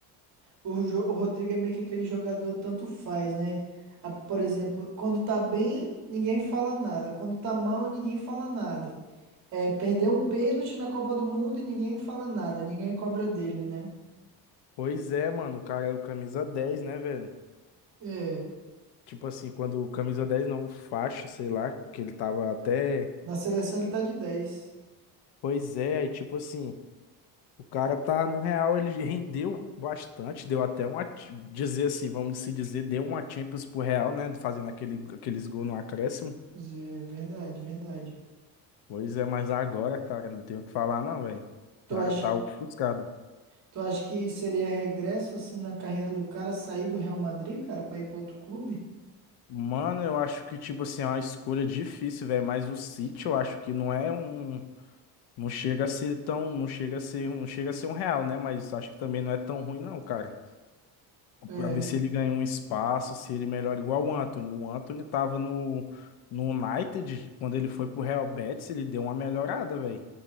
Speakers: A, on the right; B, on the left.
A: O, Jo- o Rodrigo é meio que aquele jogador tanto faz, né? A- por exemplo, quando tá bem, ninguém fala nada. Quando tá mal, ninguém fala nada. É, perdeu um pênalti na Copa do Mundo e ninguém fala nada, ninguém cobra dele, né?
B: Pois é, mano, o cara é o camisa 10, né, velho?
A: É,
B: Tipo assim, quando o camisa 10 não, o faixa, sei lá, que ele tava até.
A: na seleção ele tá de dez
B: Pois é, aí tipo assim. O cara tá, no real, ele rendeu bastante, deu até uma, dizer assim, vamos se dizer, deu uma Champions pro Real, né, fazendo aquele, aqueles gols no acréscimo.
A: Quer Verdade, verdade.
B: Pois é, mas agora, cara, não tenho o que falar não, velho.
A: Tu
B: O cara
A: acha,
B: tá ofuscado.
A: tu acha que seria regresso assim na carreira do cara sair do Real Madrid, cara, pra ir pra outro clube?
B: Mano, eu acho que, tipo assim, é uma escolha difícil, velho, mas o City eu acho que não é um, não chega a ser tão, não chega a ser, não chega a ser um Real, né, mas acho que também não é tão ruim não, cara.
A: É,
B: Pra ver se ele ganha um espaço, se ele melhora igual o Anthony. O Anthony tava no, no United, quando ele foi pro Real Betis, ele deu uma melhorada, velho.